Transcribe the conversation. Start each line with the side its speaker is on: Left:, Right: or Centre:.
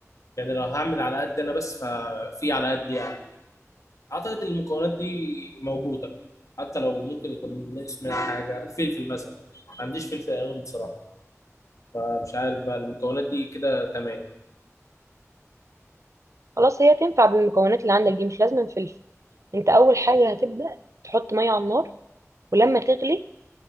Left: يعني لو هعمل على قد انا بس ففي على قد يعني اعتقد إن المكونات دي موجوده حتى لو ممكن يكون ناقص منها حاجه الفلفل مثلا ما عنديش فلفل الوان بصراحه فمش عارف بقى المكونات دي كده تمام
Right: خلاص هي تنفع بالمكونات اللي عندك دي مش لازم فلفل انت اول حاجه هتبدا تحط ميه على النار ولما تغلي